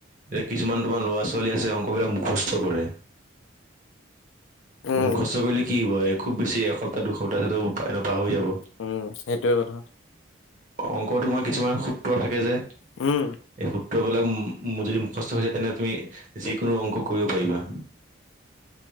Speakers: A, on the right; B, on the left.
A: এতিয়া কিছুমান তোমাৰ ল'ৰা-ছোৱালী আছে অংকবিলাক মুখস্থ কৰে।
B: উম
A: মুখস্থ কৰিলে কি হ'ব এই খুব বেছি এসপ্তাহ দুসপ্তাহ তাৰ পাছত পাহৰি যাব।
B: উম, সেইটোৱে কথা।
A: অংক তোমাৰ কিছুমান সূত্ৰ থাকে যে।
B: উম।
A: এই সুত্ৰবিলাক যদি মুখস্থ হৈ যায় তেনে তুমি যিকোনো অংক কৰিব পাৰিবা।